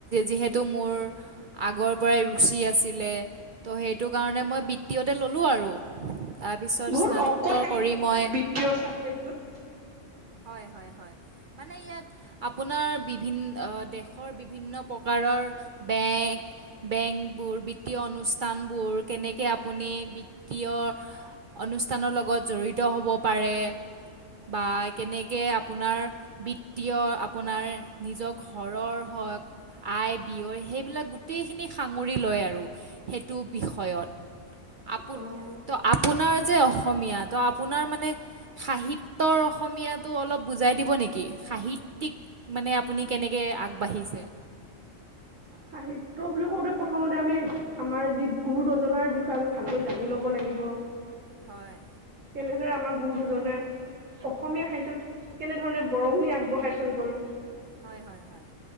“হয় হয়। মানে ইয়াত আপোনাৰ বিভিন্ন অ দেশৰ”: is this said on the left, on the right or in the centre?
Right